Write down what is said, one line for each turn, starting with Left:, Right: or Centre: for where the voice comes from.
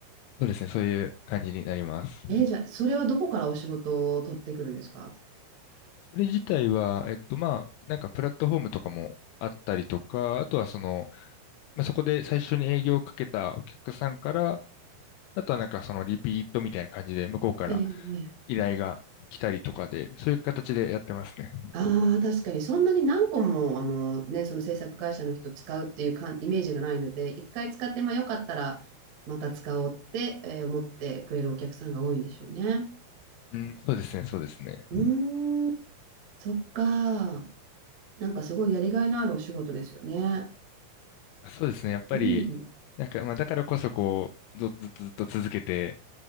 Left: そうですね、そういう感じになります。
Right: えじゃあ、それはどこからお仕事を取ってくるんですか
Left: それ自体は、えっと、まあ、なんかプラットフォームとかもあったりとか、あとはその、まあ、そこで最初に営業をかけたお客さんから、あとはなんかそのリピートみたいな感じで向こうから
Right: ええええ
Left: 依頼が来たりとかで、そういう形でやってますね。
Right: ああ、確かに、そんなに何個も、あのね、その制作会社の人使うっていうかイメージがないので、一回使って、まあよかったら、また使おうって、えー思ってくれるお客さんが多いんでしょうね。
Left: うん、そうですね、そうですね。
Right: うーん、そっか。なんかすごいやりがいのあるお仕事ですよね。
Left: そうですね、やっぱり、
Right: うん、
Left: なんか、まあ、だからこそこう、ずっとずっと続けて、